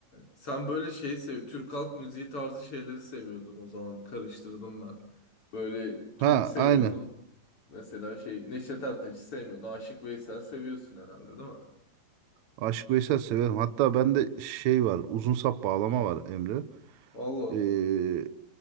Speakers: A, on the left (about 35°); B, on the right (about 65°).
A: sen böyle şeyi sev, Türk halk müziği tarzı şeyleri seviyordun o zaman. Karıştırdım ben. Böyle kimi
B: Ha
A: seviyordun?
B: aynen.
A: Mesela şey Neşet Ertaş'ı sevmiyorsun. Aşık Veysel seviyorsun herhalde değil mi?
B: Aşık Veysel severim. Hatta bende şey var. Uzun sap bağlama var Emre.
A: Allah.
B: Ee,